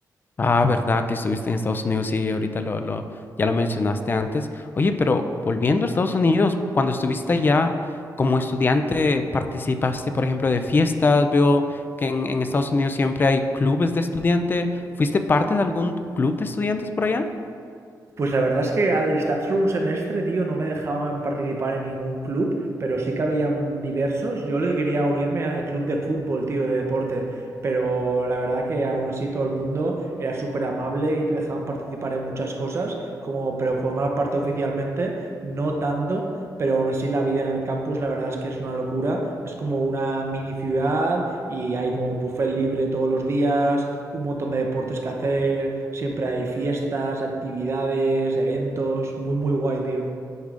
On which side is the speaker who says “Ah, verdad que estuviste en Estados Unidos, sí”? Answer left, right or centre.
Left